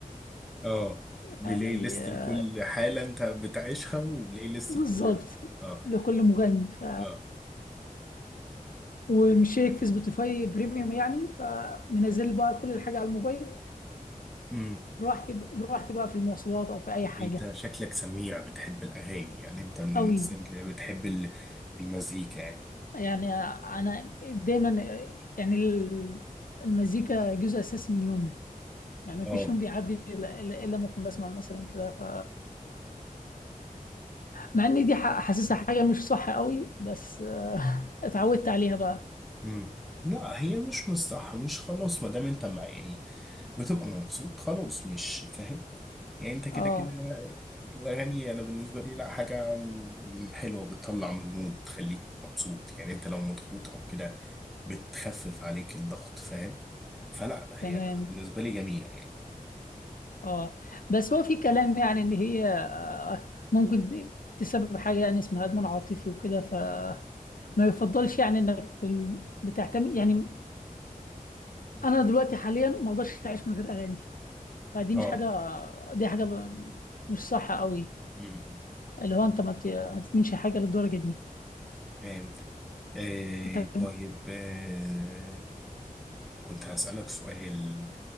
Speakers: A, in the centre; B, on the left.
A: اه بلاي
B: يعني
A: ليست لكل
B: آه،
A: حاله انت بتعيشها وبلاي ليست
B: بالظبط
A: لكل اه
B: لكل مغني ف
A: اه
B: ومشترك في سبوتيفاي بريميوم يعني فمنزل بقى كل الحاجة على الموبايل
A: امم
B: براحتي براحتي بقى في المواصلات أو في أي حاجة
A: انت شكلك سميع بتحب الاغاني يعني انت من الناس
B: أوي
A: اللي بتحب ال- المزيكا يعني
B: يعني أنا دايما يعني ال- المزيكا جزء أساسي من يومي يعني
A: اه
B: مفيش يوم بيعدي إلا إلا- إلا لما أكون بسمع مثلا كده ف مع إن دي ح- حاسسها حاجة مش صح أوي بس آه، <laughs> اتعودت عليها بقى
A: مم. لا هي مش مستح مش خلاص ما دام انت مع يعني بتبقى مبسوط خلاص مش فاهم يعني انت كده
B: اه
A: كده الاغاني انا بالنسبه لي لا حاجه م- حلوه بتطلع من المود بتخليك مبسوط يعني انت لو مضغوط او كده بتخفف عليك الضغط فاهم فلا هي
B: تمام
A: انا بالنسبه لي جميله يعني
B: اه بس هو في كلام يعني ان هي آه، ممكن تسبب حاجه يعني اسمها ادمان عاطفي وكده فما يفضلش يعني انك تكون بتعتمد يعني
A: مم.
B: انا دلوقتي حاليا ما اقدرش اعيش من غير اغاني فدي
A: اه
B: مش حاجه دي حاجه ب- مش صح قوي
A: مم.
B: اللي هو انت ما ت- ما تدمنش حاجه للدرجه دي
A: فهمت آه
B: طب
A: طيب آه كنت هسألك سؤال